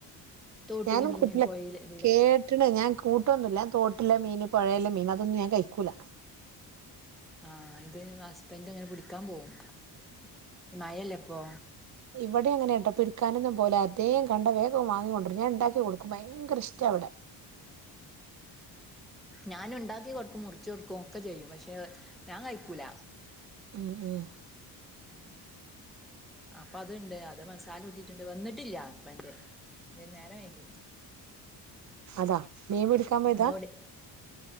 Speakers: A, in the centre; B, on the right.
A: തോട്ടിലെ
B: ഞാനും
A: മീന്
B: കൂട്ടില്ല
A: പൊഴയിലെ ഇതിലെ
B: കേട്ടണ ഞാൻ കൂട്ടൊന്നുംല്ല തോട്ടില്ല മീന പുഴയല്ല മീൻ അതൊന്നും ഞാൻ കഴിക്കൂല
A: ആ ഇത് ഹസ്ബൻറ് അങ്ങനെ പിടിക്കാൻ പോകും ഇ മഴ അല്ലിപ്പോ
B: ഇവിടെ അങ്ങനൊട്ടോ പിടിക്കാനൊന്നും പോലെ അതേം കണ്ട വേഗം വാങ്ങിക്കൊണ്ടിര ഞാ ഉണ്ടാക്കി കൊടുക്കും ഭയങ്കര ഇഷ്ട അവിടെ
A: ഞാൻ ഉണ്ടാക്കി കൊടുക്കും മുറച്ച് കൊടുക്കും ഒക്കെ ചെയ്യും പക്ഷെ ഞാൻ കഴിക്കൂല
B: ഉം ഉം
A: അപ്പൊ അത്ണ്ട് അത് മസാല ഇട്ടിട്ടുണ്ട് വന്നിട്ടില്ല ഹസ്ബൻ് ഇ നേരം വൈക്കിക്കണം
B: അതാ മീ പി പിടിക്കാൻ പോയതാ
A: ഇഞ്ഞോട്